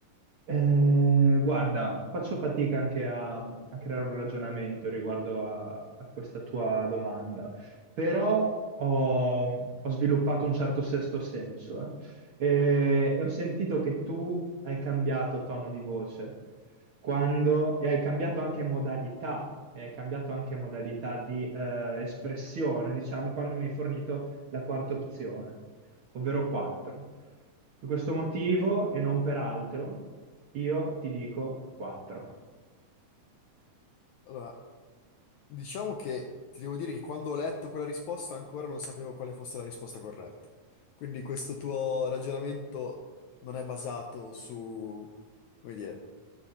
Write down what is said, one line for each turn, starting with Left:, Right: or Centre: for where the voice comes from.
Right: Eh, guarda, faccio fatica anche a, a creare un ragionamento riguardo a, a questa tua domanda, però ho, ho sviluppato un certo sesto senso, eh. E, e ho sentito che tu hai cambiato tono di voce quando, e hai cambiato anche modalità, e hai cambiato anche modalità di eh, espressione, diciamo, quando mi hai fornito la quarta opzione ovvero 4. Per questo motivo e non per altro, io ti dico 4.
Left: <laughs> allora, Diciamo che ti devo dire che quando ho letto quella risposta ancora non sapevo quale fosse la risposta corretta. Quindi questo tuo ragionamento non è basato su, come dire,